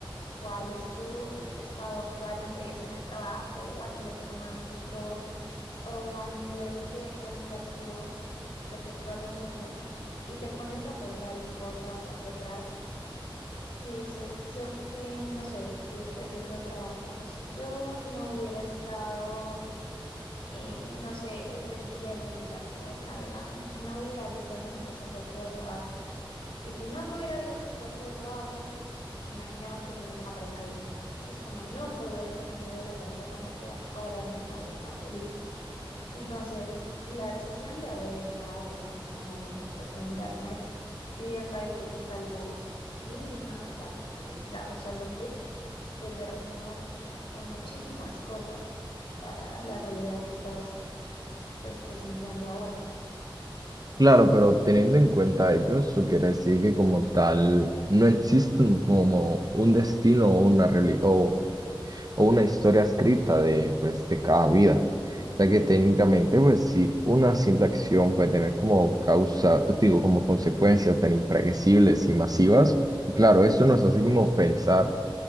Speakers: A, on the left; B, on the right.
A: cuál es tu estado actual, no sé, ya sea en el trabajo, o a nivel romántico o a nivel de educativo, lo que actualmente tienes, y te pones a pensar en cosas hacia atrás. Y dices, si es que, no sé, si es por ejemplo un trabajo, si yo no hubiera estado eh, no sé, ese día en el internet navegando, no hubiera visto nunca ese puesto de trabajo. Y si nunca hubiera habido este puesto de trabajo, imaginemos que tienes una pareja ahí. Es como nunca hubieras conocido a la pareja con la que a- ahora mismo eres tan feliz. Entonces, la decisión de haber entrado, ¿no? En ese momento, pues a internet, si bien parece que es algo mínima, o sea, como que darle solo un clic, determinó en muchísimas cosas para la realidad que estás pues presenciando ahora.
B: Claro, pero teniendo en cuenta ello, eso quiere decir que como tal no existe un- como un destino o una realidad o una historia escrita de, pues, de cada vida,
A: Ujú.
B: ya que técnicamente, pues, si una simple acción puede tener como causa, digo, como consecuencias tan impredecibles y masivas, claro, esto nos hace como pensar